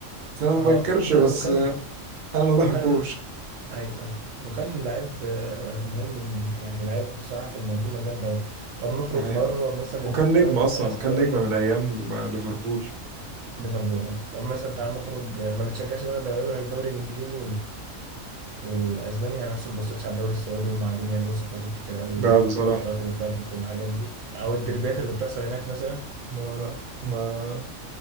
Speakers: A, on the right; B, on the right.
A: فانا ما
B: اه
A: بنكرش
B: لا
A: بس
B: وكان
A: انا ما بحبوش
B: وكان ايوه ايوه وكان لعيب آه، مهم يعني لعيب بصراحة في المنظومة جامدة أوي طب نخرج
A: ده حقيقة
B: مرة مثلا
A: وكان
B: الدوري
A: نجم اصلا
B: الأسباني
A: كان نجم من ايام ليفربول
B: ليفربول اهي طب مثلا تعال نخرج ما بتشجعش بقى دوريات غير الدوري الإنجليزي والاسباني يعني مثلا ما بصيتش على الدوري السعودي هم قاعدين يعملوا صفقات كتير قوي
A: لا
B: الفترات
A: بصراحة
B: اللي فاتت والحاجات دي او الدربيات اللي بتحصل هناك مثلا
A: لا لا ما